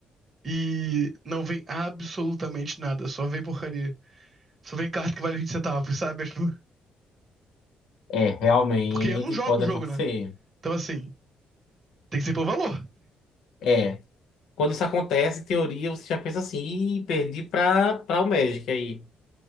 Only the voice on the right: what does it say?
e não vem absolutamente nada, só vem porcaria. Só vem carta que vale 20 centavos, sabe? <laughs> É, tipo,
porque eu não jogo
o jogo,
né? Então, assim, tem que ser pelo valor.